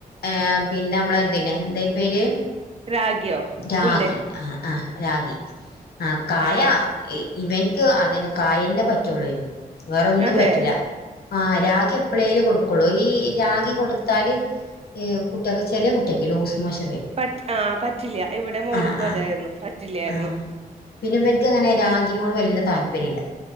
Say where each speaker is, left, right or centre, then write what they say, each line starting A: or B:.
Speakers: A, on the left (about 85°); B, on the right (about 40°).
A: ഏ പിന്നെ നമ്മളെ ഇതില്ലേ എന്താ അയിൻ്റെ പേര്
B: രാഗിയോ
A: രാഗി
B: പുല്ല്
A: ആ ആ രാഗി ആ കായ
B: ആ
A: ഇവൻക്ക് അതിന് കായന്നെ പറ്റൊള്ളേനു വേറൊന്നും
B: അതെ
A: പറ്റൂല ആ രാഗി എപ്പളേലും കൊടു കൊള്ളൂ ഈ രാഗി കൊടുത്താല് ഈ കുട്ടിയെക്ക് ചെല കുട്ടിയെക്ക് ലൂസ് മോഷൻ വരും
B: പറ്റ ആ പറ്റില്ല ഇവിടെ മോൾക്കും
A: ആ ആ
B: അതായിരുന്നു പറ്റില്ലായിരുന്നു
A: ആ പിന്നെ ഇവൻക്ക് അങ്ങനെ രാഗിനോട് വല്ല താല്പര്യ ഇല്ല